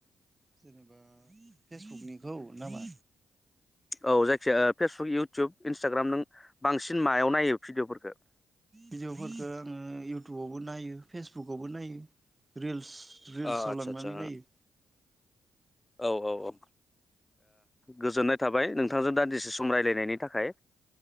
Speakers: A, on the right; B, on the left.
A: जेनेबा ओ फेसबुकनिखौ नामा
B: औ जायखिजया फेसबुक इउटुब इन्सटाग्राम नों बांसिन मायाव नायो भिडिअफोरखौ
A: भिडिअफोरखौ आङो इउटुबावबो नायो फेसबुकवबो नायो रिल्स रिल्साव
B: अ आदसा
A: लांनानै
B: आदसा
A: नायो
B: औ औ औ गोजोननाय थाबाय नोंथांजों दान्दिसे सम रायलायनायनि थाखाय